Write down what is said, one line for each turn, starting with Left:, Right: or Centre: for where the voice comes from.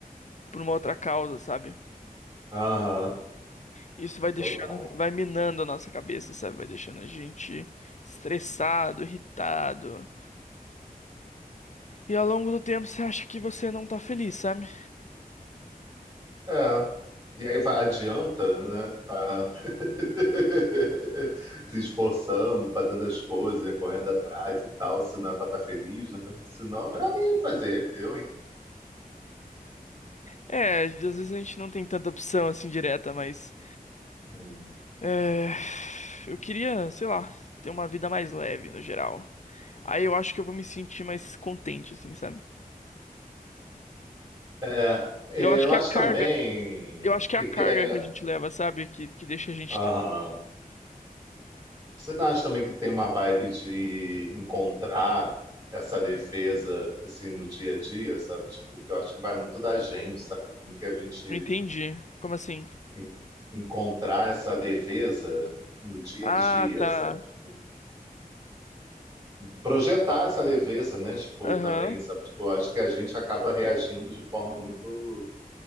Left: pra uma outra causa, sabe?
Right: Aham,
Left: Isso vai deixando,
Right: total.
Left: vai minando a nossa cabeça, sabe? Vai deixando a gente estressado, irritado. E ao longo do tempo você acha que você não tá feliz, sabe?
Right: É. E aí vai- adianta, né? Tá <laughs> se esforçando, fazendo as coisas, né, correndo atrás e tal, se não é para estar feliz, né? Se não, é melhor nem fazer, eu, hein?
Left: É, às vezes a gente não tem tanta opção assim direta, mas.
Right: Hum.
Left: É... Eu queria, sei lá, ter uma vida mais leve no geral. Aí eu acho que eu vou me sentir mais contente, assim, sabe?
Right: É, eu
Left: Eu acho que
Right: acho
Left: é a carga.
Right: também
Left: Eu acho que
Right: e
Left: é a carga
Right: que é,
Left: que a gente leva, sabe? Que, que deixa a gente
Right: aham.
Left: triste.
Right: Você não acha também que tem uma vibe de encontrar essa defesa assim no dia a dia, sabe? Tipo, que eu acho que vai muito da gente, sabe? Como que a gente
Left: Não entendi. Como assim?
Right: en- encontrar essa leveza no dia
Left: Ah,
Right: a dia,
Left: tá.
Right: sabe? De projetar essa leveza, né? Tipo,
Left: Aham.
Right: também, sabe? Tipo, acho que a gente acaba reagindo de forma muito